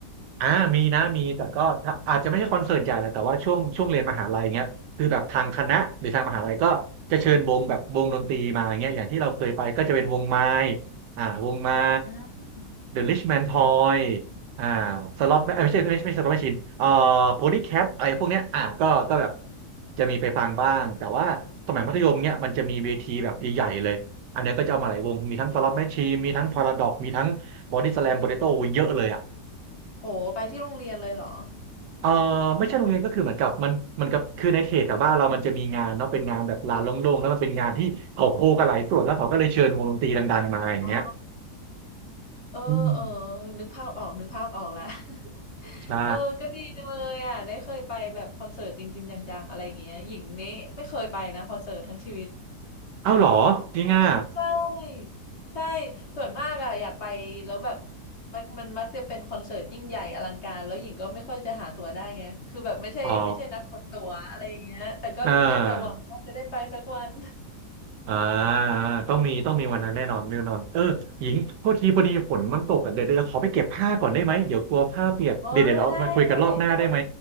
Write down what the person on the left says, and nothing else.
อ่า
อืม
อโหไปที่โรงเรียนเลยเหรอ
อ๋อเออเออ
นึกภาพออกนึกภาพออกแล้ว <laughs>
เออก็ดีจังเลยอ่ะได้เคยไปแบบคอนเสิร์ตจริงๆจังๆอะไรอย่างเงี้ยหญิงนี่ไม่เคยไปนะคอนเสิร์ตทั้งชีวิต
ใช่ใช่ส่วนมากอ่ะอยากไปแล้วแบบมันมันมักจะเป็นคอนเสิร์ตยิ่งใหญ่อลังการแล้วหญิงก็ไม่ค่อยจะหาตั๋วได้ไงคือแบบไม่ใช่ไม่ใช่นักกดตั๋วอะไรอย่างเงี้ยแต่ก็ได้แต่หวังว่าจะได้ไปสักวัน
เออได้ได้ไม่ต้อง